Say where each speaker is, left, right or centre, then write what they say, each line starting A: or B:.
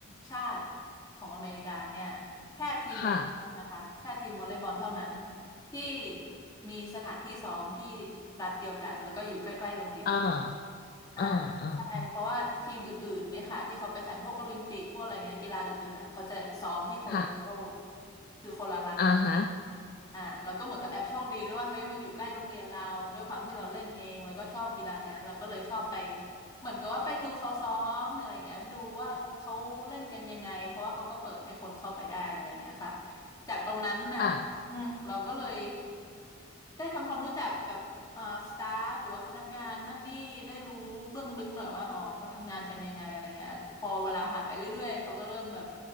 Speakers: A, on the left; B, on the left.
A: ชาติของอเมริกาเนี่ยแค่ทีมวอลเลย์บอลนะคะแค่ทีมวอลเลย์บอลเท่านั้น
B: ค่ะ
A: ที่มีสถานที่ซ้อมที่รัฐเดียวกันแล้วก็อยู่ใกล้ๆโรงเรียน
B: อ่าอ่าอ่า
A: อ่าใช่เพราะว่าทีมอื่นๆเนี่ยค่ะที่เขาไปแข่งพวกโอลิมปิกพวกอะไรเงี้ยกีฬาอื่นๆอ่ะเขาจะซ้อมที่โคโลราโด
B: ค่ะ
A: คือคนละรัฐกัน
B: อ่าฮะ
A: อ่าแล้วก็เหมือนกับแอบโชคดีด้วยว่าเฮ้ยมันอยู่ใกล้โรงเรียนเราด้วยความที่เราเล่นเองแล้วก็ชอบกีฬาเนี้ยเราก็เลยชอบไปเหมือนกับว่าไปดูเขาซ้อมอะไรเงี้ยดูว่าเขาเล่นกันยังไงเพราะว่าเขาก็เปิดให้คนเข้าไปได้อะไรเงี้ยค่ะจากตรงนั้นน่ะอืมเราก็เลย
B: ค่ะ
A: ได้ทำความรู้จักกับเอ่อสตาฟหรือว่าพนักงานนั่นนี่ได้รู้เบื้องลึกหน่อยว่าอ๋อเขาทำงานกันยังไงอะไรเงี้ยพอเวลาผ่านไปเรื่อยๆเขาก็เริ่มแบบ